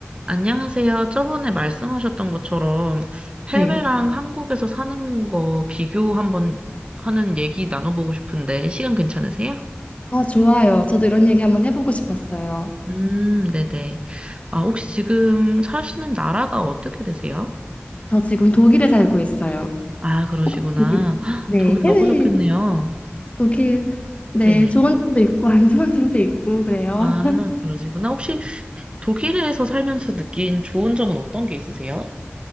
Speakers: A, on the right; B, on the left.
A: 안녕하세요. 저번에 말씀하셨던 것처럼 해외랑
B: 네.
A: 한국에서 사는 거 비교 한번 하는 얘기 나눠보고 싶은데 시간 괜찮으세요?
B: 어, 좋아요. 저도 이런 얘기 한번 해보고 싶었어요.
A: 음, 네네. 아, 혹시 지금 사시는 나라가 어떻게 되세요?
B: 저 지금 독일에 살고 있어요.
A: 아, 그러시구나.
B: 네,
A: 헉,
B: 네,
A: 독일
B: 해외
A: 너무 좋겠네요.
B: 독일. 네,
A: 네네.
B: 좋은 점도 있고 안 좋은 점도 있고 그래요.
A: 아, 그러시구나. 혹시 독일에서 살면서 느낀 좋은 점은 어떤 게 있으세요?